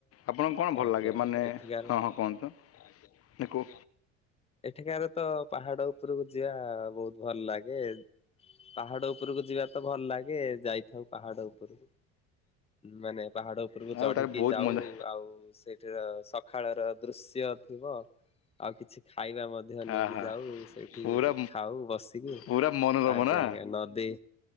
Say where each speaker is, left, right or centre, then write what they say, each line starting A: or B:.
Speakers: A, on the left; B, on the left.
A: ଆପଣଙ୍କୁ କଣ ଭଲ
B: ଆଜ୍ଞା
A: ଲାଗେ? ମାନେ
B: ଏଠିକାର
A: ହଁ କୁହନ୍ତୁ ଏକୁ।
B: ଏଠିକାରେ ତ ପାହାଡ ଉପରକୁ ଯିବା ବହୁତ ଭଲ ଲାଗେ। ପାହାଡ ଉପରକୁ ଯିବା ତ ଭଲ ଲାଗେ ଯାଇଥାଉ ପାହାଡ ଉପରକୁ। ମାନେ ପାହାଡ ଉପରକୁ
A: ଆଉ
B: ଚଢିକି
A: ତାର ବହୁତ
B: ଯାଉ
A: ମଜା
B: ଆଉ ସେଇଠିର ସକାଳର ଦୃଶ୍ୟ ଶ୍ୟ ଥିବ ଆଉ କିଛି ଖାଇବା ମଧ୍ୟ ନେଇକି
A: ଆହା
B: ଯାଉ ସେଇଠି
A: ପୁରା
B: ଖାଉ ବସିକି
A: ପୁରା ମନୋରମ
B: ଆଜ୍ଞା
A: ନା
B: -ଆଜ୍ଞା ନଦୀ।